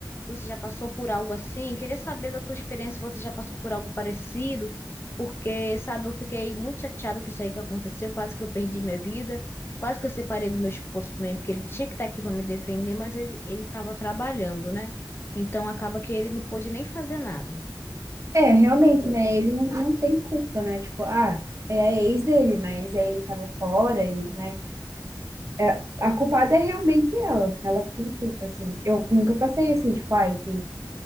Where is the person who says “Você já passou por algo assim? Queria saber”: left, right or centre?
Left